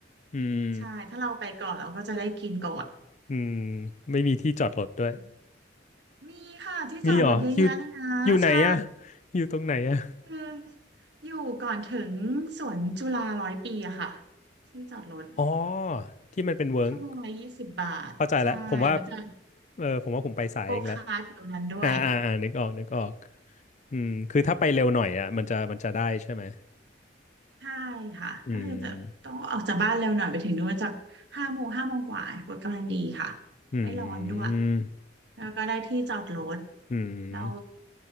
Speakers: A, on the left; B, on the right.
A: อืม
B: ใช่ถ้าเราไปก่อนเราก็จะได้กินก่อน
A: อืมไม่มีที่จอดรถด้วย
B: มีค่ะที่จอดรถเยอะแยะเลยนะใช่
A: มีเหรออยู่อยู่ไหนอะอยู่ตรงไหนอะ
B: คืออยู่ก่อนถึงสวนจุฬาร้อยปีอะค่ะที่จอดรถ
A: อ๋อที่มันเป็นเวิร์ก
B: ชั่วโมงละยี่สิบบาทใช่มันจะ
A: เข้าใจแล้วผมว่าเออผมว่าผมไปสายเองแหละ
B: มันจะมีโกคาร์ทอยู่ตรงนั้นด้วย
A: อ่าอ่าอ่านึกออกนึกออกอืมคือถ้าไปเร็วหน่อยอ่ะมันจะมันจะได้ใช่ไหม
B: ใช่ค่ะก็คือจะต้องออกจากบ้านเร็วหน่อยไปถึงนู่นจากห้าโมงห้าโมงกว่ากดกำลังดีค่ะ
A: อืมอืม
B: ไม่ร้อนด้วยแล้วก็ได้ที่จอดรถ
A: อืม
B: เรา